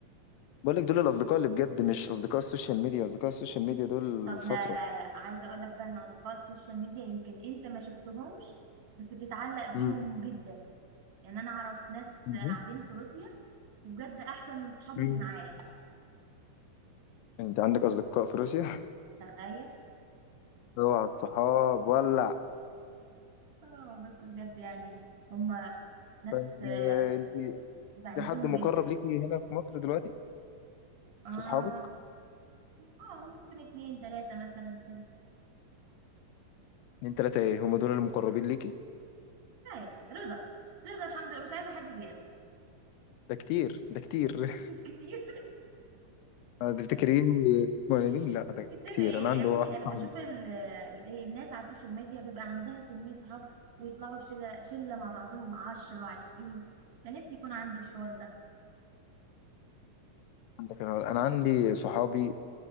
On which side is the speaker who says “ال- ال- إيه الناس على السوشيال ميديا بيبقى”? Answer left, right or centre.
Right